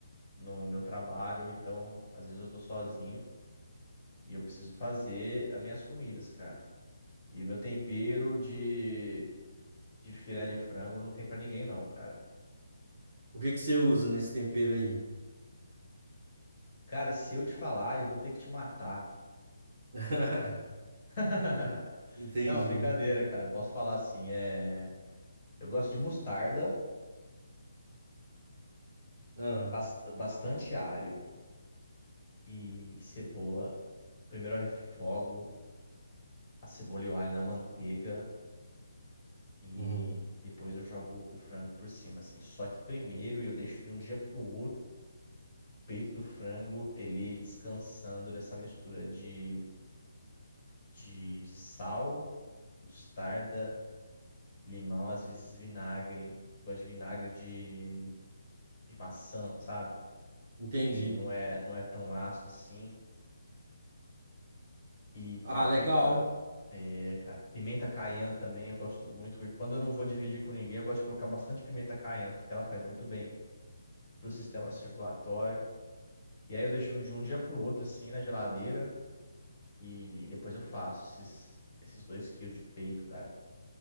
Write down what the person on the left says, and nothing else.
no meu trabalho, então às vezes eu tô sozinho e eu preciso fazer as minhas comidas, cara. E o meu tempero de, de filé de frango não tem pra ninguém, não, cara.
Cara, se eu te falar, eu vou ter que te matar.
<laughs>
Não, brincadeira, cara. Eu posso falar assim. É... Eu gosto de mostarda,
bast- bastante alho e cebola. Primeiro eu refogo a cebola e o alho na manteiga e
depois eu jogo o frango por cima, assim. Só que primeiro eu deixo de um dia pro outro o peito do frango ele descansando nessa mistura de, de sal mostarda, limão, às vezes vinagre. Gosto de vinagre de, de maçã, sabe?
Ele não é, não é tão ácido assim. E
páprica.
É, cara. Pimenta caiena também eu gosto muito. Quando eu não vou dividir com ninguém, eu gosto de colocar bastante pimenta caiena, porque ela faz muito bem pro sistema circulatório. E aí eu deixo um de um dia pro outro, assim, na geladeira. E, e depois eu faço esses, esses dois quilos de peito, cara.